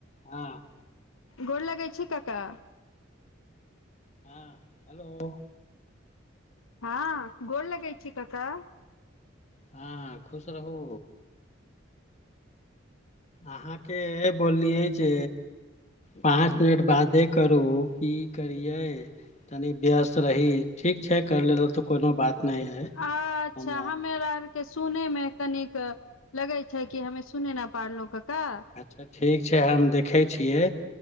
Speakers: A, on the left; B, on the left.
A: हँ।
B: गोर लगै छी कक्का।
A: हँ हेलो।
B: हँ गोर लगै छी कक्का।
A: हँ खुश रहू। अहाँके बोललियै जे पाँच मिनट बादे करू की करियै। तनी व्यस्त रही, ठीक छै करि लेलहु तऽ कोनो बात नहि हइ
B: अच्छा
A: हम
B: हमेरर के सुने में कनिक लगे छै कि, हमे सुने न पारलहुं, कका।
A: अच्छा ठीक छै, हम देखै छियै